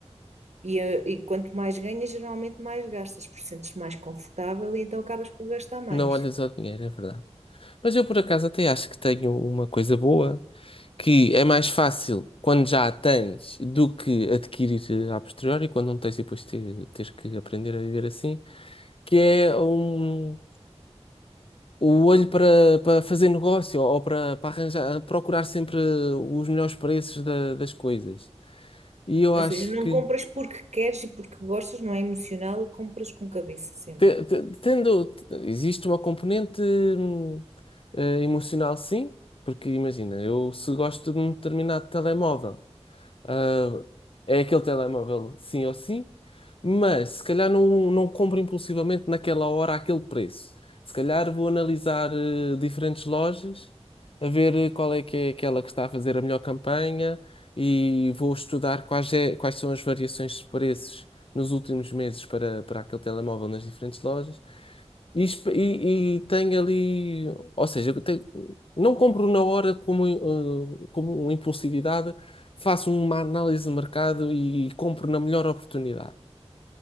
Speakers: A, on the right; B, on the left.
A: E, eh, e quanto mais ganhas, geralmente mais gastas, porque sentes mais confortável e então acabas por gastar mais.
B: Não olhas ao dinheiro, é verdade. Mas eu por acaso até acho que tenho uma coisa boa, que é mais fácil quando já a tens do que adquirir eh, a posteriori, quando não tens e depois te- teres que aprender a viver assim, que é um, o olho para, para fazer negócio ou para, para arranjar, procurar sempre os melhores preços da- das coisas. E eu
A: Ou
B: acho
A: seja, não
B: que
A: compras porque queres e porque gostas, não é emocional, compras com cabeça sempre.
B: te- te- tendo, existe uma componente hum, eh, emocional, sim, porque imagina, eu se gosto de um determinado telemóvel. ah, é aquele telemóvel sim ou sim, mas se calhar não, não compro impulsivamente naquela hora aquele preço. Se calhar vou analisar eh, diferentes lojas, a ver eh, qual é que é aquela que está a fazer a melhor campanha e vou estudar quais, é- quais são as variações de preços nos últimos meses para, para aquele telemóvel nas diferentes lojas. E, esp- e, e tenho ali, ou seja, eu tenho- não compro na hora como, eh, como impulsividade, faço uma análise de mercado e compro na melhor oportunidade.